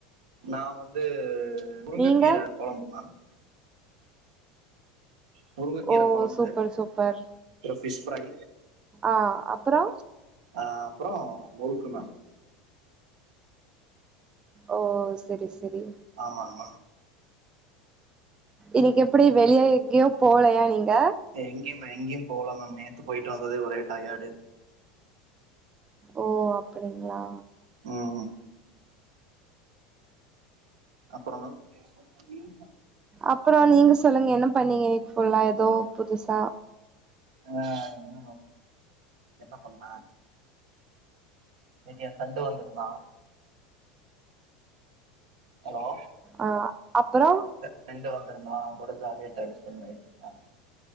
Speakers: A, on the right; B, on the right.
A: நா வந்து முருங்கக்கீர
B: நீங்க
A: கொழம்பு மேம் முருங்கக்கீர
B: ஓ
A: கொழம்பு
B: சூப்பர் சூப்பர்
A: ஒரு பிஷ் ஃப்ரை
B: ஆ அப்புறோ
A: அ அப்புறோ முருக்கு மேம்
B: ஓ செரி செரி
A: ஆமா ஆமா
B: இன்னைக்கி எப்புடி வெளிய எங்கயோ போகலயா நீங்க
A: எங்யுமே எங்கயு போலா மேம் நேத்து போயிட்டு வந்ததே ஒரே டயடு
B: ஓ அப்படிங்களா
A: ம் அப்பற மேம்
B: அப்புறோ நீங்க சொல்லுங்க என்ன பண்ணீங்க எக்ஃபுல்லா ஏதோ புதுசா
A: ஆ என்ன என்ன பண்ண இனிகி எ ஃப்ரண்டு வந்துருந்தா ஹலோ
B: அ அப்புறோ
A: ப்ரெண்டு வந்துருந்தா அவ கூட ஜாலிய டைம் ஸ்பெண்ட் பண்ணிட்டு இருந்த